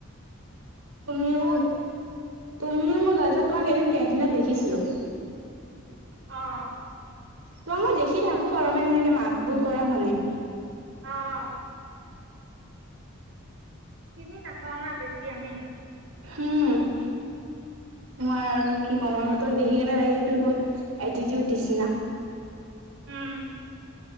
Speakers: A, on the right; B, on the right.
A: তুমি ও তুমিও মই গাৰ্লছত তোমাক এদিন কেণ্টিনত দেখিছিলো
B: অঁ
A: তোমাক মই দেখি থাকো বাৰু মানে এনেকে মাত বোল কৰা হোৱা নাই
B: অঁ চিনি নাপাওঁ না বেছি আমি
A: উম তোমাৰ আৰু কি কমা তোমাৰ দেখি কেনে লাগিছে তুমি বহুত এটিটিউড নিচিনা
B: উম